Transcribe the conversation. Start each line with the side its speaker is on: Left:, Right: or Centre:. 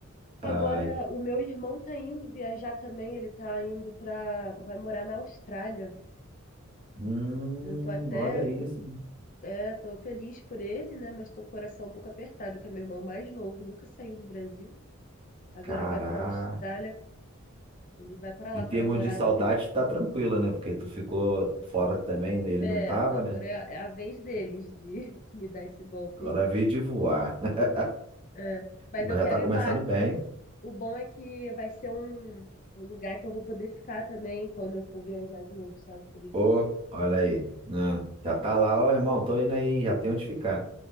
Left: Agora,
Right: Ai,
Left: o meu irmão tá indo viajar também, ele tá indo para, vai morar na Austrália.
Right: hum,
Left: Eu tô até,
Right: olha isso.
Left: é, tô feliz por ele, né, mas tô com o coração um pouco apertado, que é meu irmão mais novo, nunca saiu do Brasil. Agora
Right: Caraca.
Left: vai para Austrália, ele vai para lá
Right: Em termos
Left: com a namorada
Right: de saudade,
Left: dele.
Right: tá tranquila, né? Porque tu ficou fora também, ele
Left: É,
Right: não tava,
Left: agora
Right: né?
Left: é a, é a vez deles de <laughs> me dar esse golpe
Right: Agora
Left: aí.
Right: veio de voar. <laughs>
Left: É. Mas
Right: Mas
Left: eu
Right: já
Left: quero
Right: tá começando
Left: ir lá.
Right: bem.
Left: O bom é que vai ser um, um lugar que eu vou poder ficar também quando eu for viajar de novo, sabe? Poder viajar.
Right: Ô, olha aí. Ah, já tá lá, ó, irmão, tô indo aí, hein? já tem onde ficar.